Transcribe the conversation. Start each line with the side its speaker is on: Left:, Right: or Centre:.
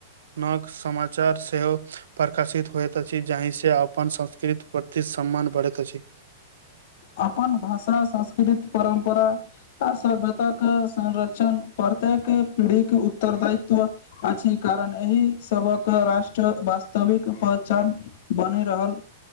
Right: नव समाचार सेहो प्रकाशित होइत अछि। जाहि से अपन संस्कृति प्रति सम्मान बढ़ैत अछि।
Left: अपन भाषा संस्कृति परम्परा आ सभ्यता के संरक्षण प्रत्येक पीढ़ीक के उत्तर दायित्व अछि। कारण एहि सबक राष्ट्र वास्तविक पहचान बनि रहल